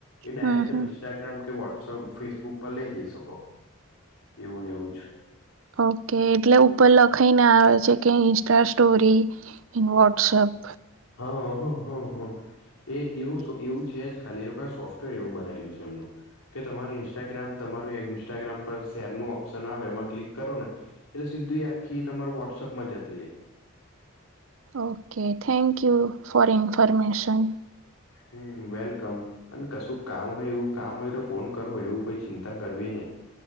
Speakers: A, on the left; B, on the right.
A: એ ડાયરેક્ટ
B: હમ
A: તમે
B: હમ
A: ઇન્સ્ટાગ્રામ કે વોટ્સઅપ ફેસબુક પર લઈ જઈ શકો એવું ને એવુંજ
B: ઓકે એટલે ઉપર લખાઈને આવે છે કે ઇન્સ્ટા સ્ટોરી ઇન વટ્સઅપ
A: હા હા હમ હમ એક એવું એવું છે જ ખાલી એવુ કઈ સોફ્ટવેર એવું બનાયલું છે એમનું કે તમારે ઇન્સ્ટાગ્રામ તમારુંવવવ ચવવ ઇન્સ્ટાગ્રામ પર શેર નું ઓપ્શન આવે એમાં ક્લિક કરો ને એટલે સીધી આખી તમારે વોટ્સઅપમાં જતી રહેાય
B: ઓકે થેન્ક્યુ ફોર ઇન્ફોરમેશન
A: હ વેલકમ અને કશું કામ હોય એવું કામ હોય તો ફોન કરવો એવું કોઈ ચિંતા કરવી નહી